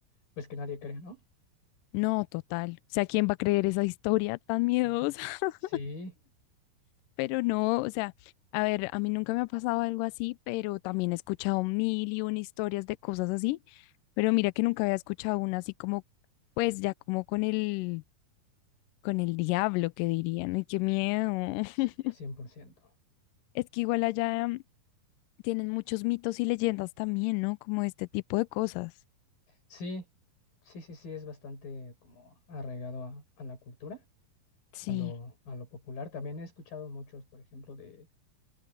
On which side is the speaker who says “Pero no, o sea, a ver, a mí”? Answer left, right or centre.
Left